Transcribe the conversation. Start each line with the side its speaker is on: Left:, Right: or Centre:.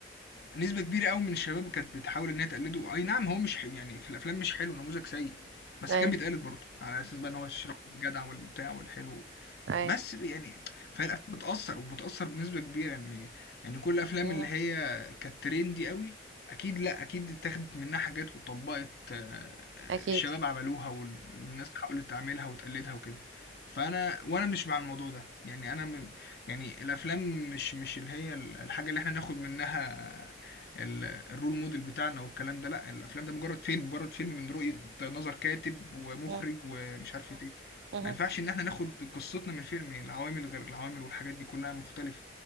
Left: نسبة كبيرة قوي من الشباب كانت بتحاول انها تقلده اي نعم هو مش حلو يعني في الافلام مش حلو نموذج سيء بس
Right: أي
Left: كان بيتقلد برضه على اساس بقى ان هو الشاب الجدع والبتاع والحلو
Right: أي
Left: بس ب- يعني فهي الافلام بتاثر وبتاثر بنسبه كبيره يعني يعني كل الافلام
Right: مم.
Left: اللي هي كانت ترندي قوي اكيد لا اكيد اتاخدت منها حاجات وطبقت آه، آه،
Right: أكيد
Left: الشباب عملوها والناس حاولت تعملها وتقلدها وكده فانا وانا مش مع الموضوع ده يعني انا م... يعني الافلام مش مش اللي هي ال- الحاجه اللي احنا ناخد منها ال- الرول موديل بتاعنا والكلام ده لا الافلام ده مجرد فيلم مجرد فيلم من رؤيه نظر كاتب ومخرج
Right: مم.
Left: ومش عارف ايه
Right: مم.
Left: ما ينفعش ان احنا ناخد قصتنا من فيلم العوامل غير العوامل والحاجات دي كلها مختلفة